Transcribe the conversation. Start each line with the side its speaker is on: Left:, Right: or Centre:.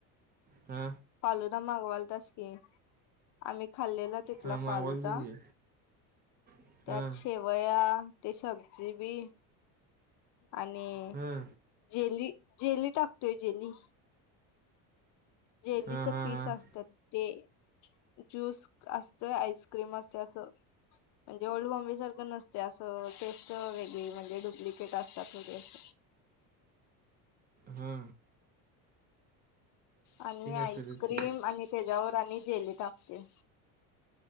Right: हा
Left: फालुदा मागवाल तस की आम्ही खाल्लेला तिथला
Right: हां मागवाल
Left: फालुदा
Right: तुझी हां
Left: त्यात शेवया ते सब्जी बी आणि
Right: हां
Left: जेली जेली टाकतोय जेली जेलीच
Right: हां हां
Left: पीस असतात ते ज्यूस असतोय आईस्क्रीम असते असं म्हणजे ओल्ड बॉम्बे सारखं नसते असं टेस्ट वेगळी म्हणजे डुप्लिकेट असतात अस
Right: हा
Left: आणि आईस्क्रीम
Right: असेलच की
Left: आणि त्याच्यावर आणि जेली टाकते